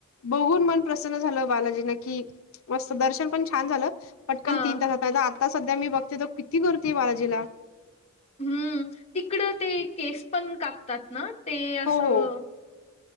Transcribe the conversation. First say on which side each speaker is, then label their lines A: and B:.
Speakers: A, on the left; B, on the left.
A: बघून मन प्रसन्न झालं बालाजीना कि मस्त दर्शन पण छान झालं पटकन
B: हा
A: तीन तासात नाही तर आता सध्या मी बघते तो किती गर्दी आहे बालाजीला
B: हम्म तिकडं ते केस पण कापतात ना ते असं
A: हो हो